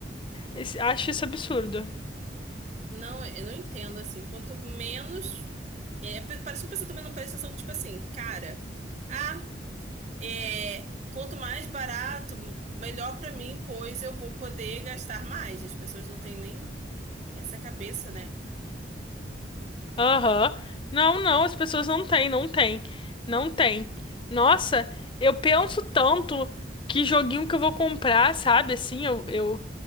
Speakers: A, on the left; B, on the right.
A: esse- acho isso absurdo.
B: Não, eu não entendo, assim, quanto menos. É, parece que o pessoal também não presta atenção que, tipo assim, cara. ah, É, quanto mais barato, melhor pra mim, pois eu vou poder gastar mais. As pessoas não têm nem essa cabeça, né?
A: Aham. Não, não, as pessoas não têm, não têm. Não têm. Nossa, eu penso tanto que joguinho que eu vou comprar, sabe? Assim, eu, eu,